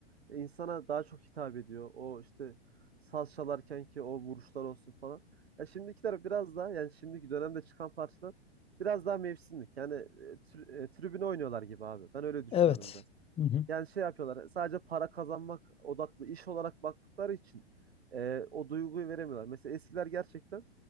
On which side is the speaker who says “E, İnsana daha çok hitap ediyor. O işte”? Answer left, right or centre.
Right